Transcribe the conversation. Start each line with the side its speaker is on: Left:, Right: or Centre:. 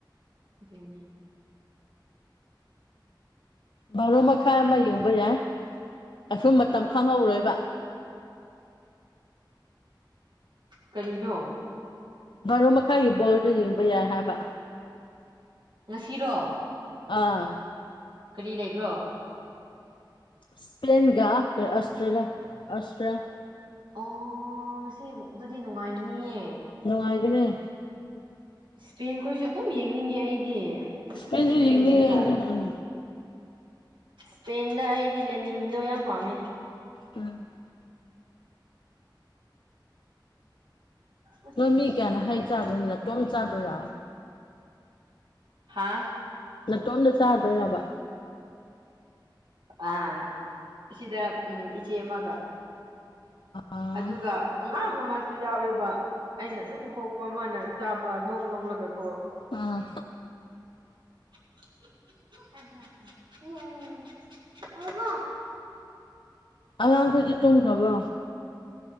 Right: ꯑꯗꯨꯅꯦ
Left: ꯕꯥꯥꯔꯨ ꯃꯈꯥꯏ ꯑꯃ ꯌꯦꯡꯕ ꯌꯥꯏ ꯑꯁꯨꯝ ꯃꯇꯝ ꯈꯪꯍꯧꯔꯣꯏꯕ
Right: ꯀꯔꯤꯅꯣ
Left: ꯕꯥꯔꯣ ꯃꯈꯥꯒꯤ ꯕꯣꯜꯗ ꯌꯦꯡꯕ ꯌꯥꯏ ꯍꯥꯏꯕ
Right: ꯉꯁꯤꯔꯣ
Left: ꯑꯥ
Right: ꯀꯔꯤ ꯂꯩꯕ꯭ꯔꯣ
Left: ꯏꯁꯄꯦꯦꯟꯒ ꯑꯁꯇ꯭ꯔꯦꯂꯤꯌꯥ ꯑꯁꯇ꯭ꯔꯦꯂꯤꯌꯥ
Right: ꯑꯣ ꯉꯁꯤ ꯑꯗꯨꯗꯤ ꯅꯨꯡꯉꯥꯏꯅꯤꯌꯦ
Left: ꯅꯨꯡꯉꯥꯏꯒꯅꯦ
Right: ꯏꯁꯄꯦꯟꯈꯣꯏꯁꯨ ꯑꯗꯨꯝ ꯌꯦꯡꯅꯤꯡꯉꯦ ꯑꯩꯗꯤ
Left: ꯏꯁꯄꯦꯟꯁꯨ
Right: ꯑꯁ ꯉꯁꯤꯗꯤ
Left: ꯌꯦꯡꯅꯤꯡꯉꯦ
Right: ꯌꯦꯡꯕ ꯇꯥꯔꯦ
Left: ꯑꯩꯁꯨ ꯎꯝ
Right: ꯏꯁꯄꯦꯟꯗ ꯑꯩꯗꯤ ꯂꯦꯃꯤꯟꯗꯣ ꯌꯥꯝ ꯄꯥꯝꯃꯦ
Left: ꯎꯝ
Right: ꯑꯁ
Left: ꯅꯣꯏ ꯃꯤ ꯀꯌꯥꯅ
Right: ꯃꯕꯣꯛꯅ
Left: ꯍꯩ ꯆꯥꯗꯣꯏꯅꯤ
Right: ꯌꯥꯝ
Left: ꯂꯇꯣꯝ ꯆꯥꯗꯣꯏꯔ
Right: ꯍꯥꯥ
Left: ꯏꯇꯣꯝꯗ ꯆꯥꯗꯣꯏꯔꯕ
Right: ꯑ ꯁꯤꯗ ꯎꯝ ꯏꯆꯦ ꯑꯃꯒ
Left: ꯑꯥ
Right: ꯑꯗꯨꯒ ꯑꯉꯥꯡ ꯑꯃꯁꯨ ꯌꯥꯎꯋꯦꯕ ꯑꯩꯅ ꯑꯗꯨꯝ ꯈꯣꯛꯄ ꯑꯃꯅ ꯆꯥꯕ ꯅꯣꯛ ꯅꯣꯛꯂꯒꯀꯣ
Left: ꯑꯥ
Right: <unintelligible> <unintelligible> ꯍ ꯋꯥ
Left: ꯑꯉꯥꯡꯈꯗꯤ ꯇꯨꯝꯈ꯭ꯔꯕꯣ